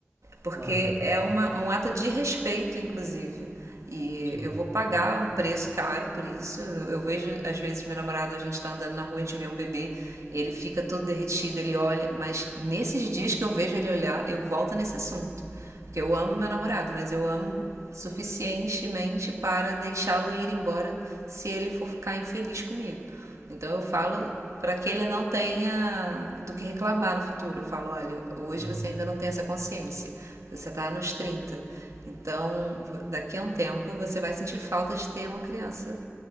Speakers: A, on the right (about 80°); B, on the right (about 55°).
A: Porque
B: Ah,
A: é uma, um ato de respeito, inclusive. E
B: sim.
A: eu vou pagar um preço caro por isso. Eu, vejo, às vezes, meu namorado, a gente tá andando na rua, a gente vê um bebê, ele fica todo derretido, ele olha, mas nesses dias que eu vejo ele olhar, eu volto nesse assunto. Porque eu amo meu namorado, mas eu amo suficientemente para deixá-lo ir embora se ele for ficar infeliz comigo. Então eu falo para que ele não tenha do que reclamar no futuro. Eu falo, olha, hoje
B: Hum.
A: você ainda não tem essa consciência. Você está nos 30. Então, daqui a um tempo você vai sentir falta de ter uma criança